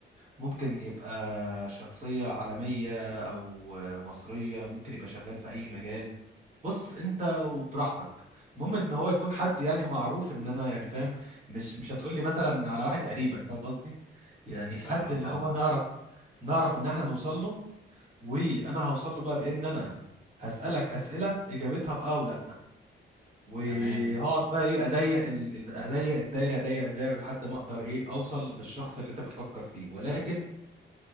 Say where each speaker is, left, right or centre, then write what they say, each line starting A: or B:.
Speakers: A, on the right (about 40°); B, on the left (about 20°).
A: ممكن يبقى شخصية عالمية أو مصرية ممكن يبقى شغال في أي مجال بص أنت وبراحتك المهم إن هو يكون حد يعني معروف إن أنا يعني فاهم مش مش هتقول لي مثلا على واحد قريبك فاهم قصدي يعني
B: افهمك
A: حد اللي
B: اه
A: هو نعرف نعرف إن إحنا نوصل له وأنا هوصل له بقى بإن أنا هسألك أسئلة إجابتها بأه ولا وهقعد
B: تمام
A: بقى ايه اضيق ال- ال- اضيق الدايره اضيق الدايره لحد ما اقدر ايه اوصل للشخص اللي انت بتفكر فيه ولكن